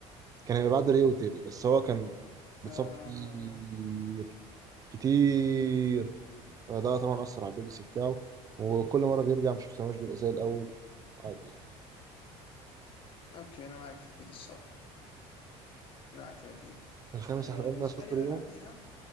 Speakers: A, on the right (about 30°); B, on the left (about 45°).
A: كان هيبقى بعد ريو تيري بس هو كان بيتصاب
B: آه...
A: كتير كتير فده طبعا اثر على الليجاسي بتاعه وكل مره بيرجع مش مستواش بيبقى زي الاول عادي يعني
B: اوكي انا معاك في دي الصراحه انا معاك فعلا في دي
A: الخامس
B: آه...
A: احنا قلنا
B: بالنسبه
A: سوبر
B: لي بقى
A: يان
B: بعديها